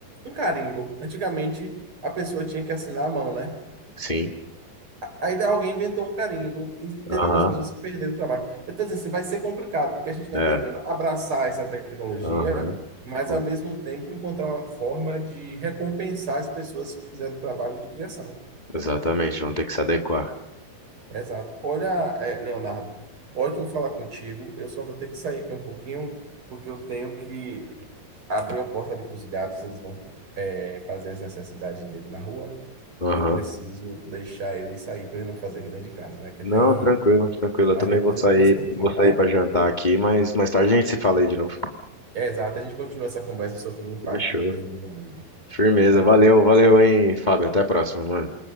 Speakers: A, on the right; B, on the left.
A: um carimbo. Antigamente, a pessoa tinha que assinar a mão, né?
B: Sim,
A: Aí alguém inventou um carimbo e teve
B: aham,
A: algumas pessoas que perderam o trabalho. Eu estou dizendo assim, vai ser complicado, porque a gente vai
B: é,
A: ter que abraçar essa tecnologia,
B: aham.
A: mas
B: Vamos-
A: ao mesmo tempo encontrar uma forma de recompensar as pessoas que fizeram o trabalho de criação.
B: Exatamente, vamos ter que se adequar.
A: Exato. Olha, é, Leonardo, ótimo falar contigo. Eu só vou ter que sair aqui um pouquinho, porque eu tenho que abrir a porta ali para os gatos, eles vão, é, fazer as necessidades dele na rua,
B: Aham.
A: e eu preciso deixar ele sair para ele não fazer aqui dentro de casa, né? Que
B: Não,
A: é terrível.
B: tranquilo, tranquilo.
A: Mas
B: Eu também
A: depois
B: vou
A: eu
B: sair,
A: converso contigo,
B: vou sair
A: tá?
B: para jantar aqui, mas mais tarde a gente se fala aí de novo.
A: É exato, a gente continua essa conversa sobre o impacto
B: Fechou.
A: do treino no mundo.
B: Firmeza.
A: Obrigado.
B: Valeu, valeu, hein, Fábio. Até a próxima, mano.